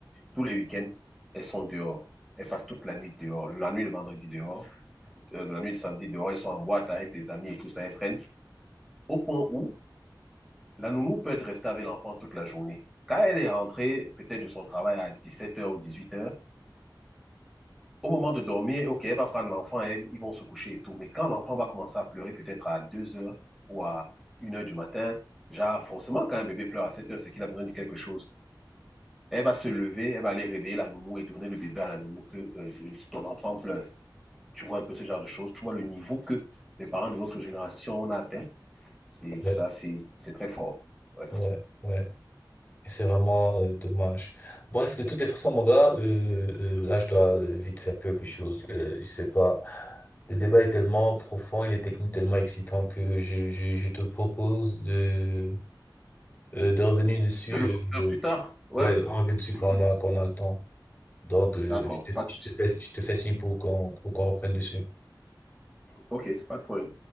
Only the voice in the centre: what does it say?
tous les week-ends, elles sont dehors. Elles passent toute la nuit dehors, la nuit de vendredi dehors, euh, la nuit de samedi dehors, elles sont en boîte avec les amis et tout ça, elles prennent, au point où La nounou peut être restée avec l'enfant toute la journée. Quand elle est rentrée, peut-être de son travail à dix-sept heures ou dix-huit heures, au moment de dormir, OK, elle va prendre l'enfant et ils vont se coucher et tout. Mais quand l'enfant va commencer à pleurer peut-être à deux heures ou à une heure du matin, genre forcément quand un bébé pleure à sept heures, c'est qu'il a besoin de quelque chose. Elle va se lever, elle va aller réveiller la nounou et donner le bébé à la nounou que euh, ton enfant pleure. Tu vois un peu ce genre de choses. Tu vois le niveau que les parents de notre génération ont atteint. C'est ça,
c'est c'est très fort. Ouais.
De le refaire
plus tard? Ouais.
Mhm.
D'accord,
pas de souci.
Ok, pas de problème.